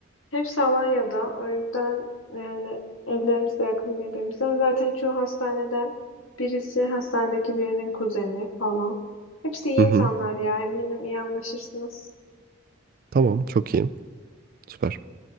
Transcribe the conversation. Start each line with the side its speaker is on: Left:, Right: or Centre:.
Left: Hepsi Alanya'da. O yüzden yani evlerimiz de yakın birbirimize. Zaten çoğu hastaneden birisi hastanedeki birinin kuzeni falan. Hepsi iyi
Right: Hı hı.
Left: insanlar ya. Eminim iyi anlaşırsınız.
Right: Tamam, çok iyi. Süper.